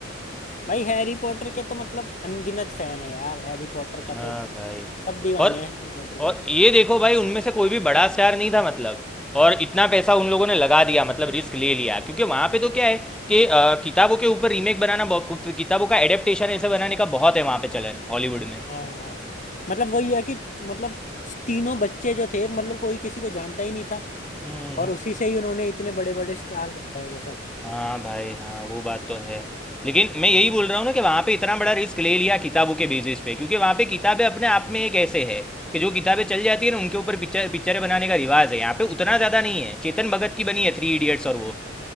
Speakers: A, on the left; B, in the centre.
A: भाई हैरी पॉटर के तो मतलब अनगिनत फैन है यार हैरी पॉटर का
B: हाँ
A: तो
B: भाई
A: सब दीवाने
B: और
A: हैं हैरी पॉटर के
B: और ये देखो भाई उनमें से कोई भी बड़ा स्टार नहीं था मतलब और इतना पैसा उन लोगों ने लगा दिया मतलब रिस्क ले लिया क्योंकि वहां पे तो क्या है कि अ, किताबों के ऊपर रीमेक बनाना बहुत- किताबों का एडेप्टेशन ऐसे बनाने का बहुत है वहां पे चलन हॉलीवुड में
A: हाँ मतलब वही है कि मतलब तीनों बच्चे जो थे मतलब कोई किसी को जानता ही नहीं था
B: हम्म
A: और
B: हम्म।
A: उसी से ही उन्होंने इतने बड़े बड़े स्टार बन गए वो सब
B: हाँ भाई हाँ वो बात तो है लेकिन मैं यही बोल रहा हूँ ना कि वहाँ पे इतना बड़ा रिस्क ले लिया किताबों के बेसिस पे क्योंकि वहाँ पे किताबें अपने आप में एक ऐसे है कि जो किताबें चल जाती है ना उनके ऊपर पिक्चर पिक्चरें बनाने का रिवाज है यहाँ पे उतना ज़्यादा नहीं है चेतन भगत की बनी है थ्री इडियट्स और वो